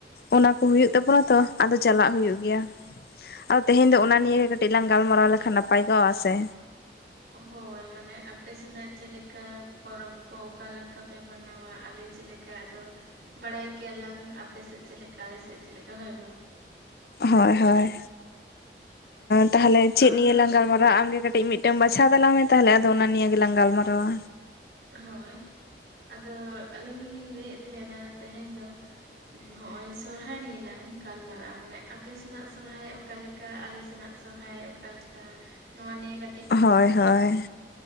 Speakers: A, on the left; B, on the right.
A: ᱚᱱᱟ ᱠᱚ ᱦᱩᱭᱩᱜ ᱛᱟᱵᱚᱱᱟᱼᱛᱚ, ᱟᱫᱚ ᱪᱟᱞᱟᱜ ᱦᱩᱭᱩᱜ ᱜᱮᱭᱟ᱾ ᱟᱫᱚ ᱛᱮᱦᱮᱧ
B: ᱦᱳᱭ
A: ᱫᱚ ᱚᱱᱟ ᱱᱤᱭᱮ ᱜᱮ ᱠᱟᱹᱴᱤᱡ ᱞᱟᱝ ᱜᱟᱞᱢᱟᱨᱟᱣ ᱞᱮᱠᱷᱟᱱ ᱱᱟᱯᱟᱭ ᱠᱚᱜᱼᱟᱥᱮ
B: ᱦᱳᱭ, ᱢᱟᱱᱮ ᱟᱯᱮ ᱥᱮᱱᱟᱜ ᱪᱮᱫ ᱞᱮᱠᱟ ᱯᱚᱨᱚᱵᱽ ᱠᱚ ᱚᱠᱟ ᱞᱮᱠᱟ ᱯᱮ ᱢᱟᱱᱟᱣᱟ ᱟᱞᱮ ᱪᱮᱫᱼᱞᱮᱠᱟ ᱛᱚ ᱵᱟᱰᱟᱭ ᱠᱮᱭᱟᱞᱟᱝ ᱟᱯᱮᱥᱮᱫ ᱪᱮᱫ ᱞᱮᱠᱟ ᱟᱞᱮᱥᱮᱫ ᱪᱮᱫ ᱞᱮᱠᱟ ᱦᱳᱭ ᱵᱟᱝ᱾
A: ᱦᱚᱭ ᱦᱚᱭ, ᱛᱟᱦᱚᱞᱮ ᱪᱮᱫ
B: ᱟᱫᱚ
A: ᱱᱤᱭᱮ ᱞᱟᱝ ᱜᱟᱞᱢᱟᱨᱟᱣᱼᱟ
B: ᱦᱳᱭ
A: ᱟᱢᱜᱮ ᱠᱟᱹᱴᱤᱡ ᱴᱤᱡ ᱢᱤᱫᱴᱟᱹᱝ ᱵᱟᱪᱷᱟᱣ ᱛᱟᱞᱟᱝ ᱢᱮ ᱛᱟᱦᱚᱞᱮ ᱟᱫᱚ ᱚᱱᱟ ᱱᱤᱭᱮ ᱜᱮᱞᱟᱝ ᱜᱟᱞᱢᱟᱨᱟᱣᱟ᱾
B: ᱦᱳᱭ, ᱟᱫᱚ ᱟᱹᱞᱤᱧ ᱫᱚᱞᱤᱧ ᱞᱟᱹᱭᱮᱫ ᱛᱟᱦᱮᱱᱟ ᱛᱮᱦᱮᱧ ᱫᱚ ᱦᱚᱜᱼᱚᱭ ᱥᱚᱨᱦᱟᱭ ᱱᱤᱭᱟᱹ ᱞᱟᱝ ᱜᱟᱞᱢᱟᱨᱟᱜᱼᱟ, ᱢᱟᱱᱮ ᱟᱯᱮ ᱥᱮᱱᱟᱜ ᱥᱚᱨᱦᱟᱭ ᱚᱠᱟᱮᱠᱟ ᱟᱞᱮ ᱥᱮᱱᱟᱜ ᱥᱚᱨᱦᱟᱭ ᱚᱠᱟᱞᱮᱠᱟ? ᱱᱚᱣᱟ ᱱᱤᱭᱮ ᱠᱟᱹ
A: ᱦᱳᱭ ᱦᱳᱭ